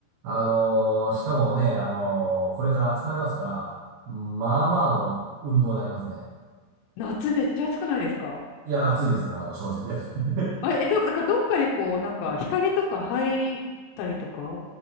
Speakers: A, on the right; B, on the left.
A: あのーしかもね、あのーこれから暑くなりますから、まあまあの運動になりますね。
B: <laughs> 夏めっちゃ暑くないですか
A: いや、暑いです、あの、正直。<laughs>
B: あれ、え、ど、なんかどっかでこう、なんか日陰とか入ったりとか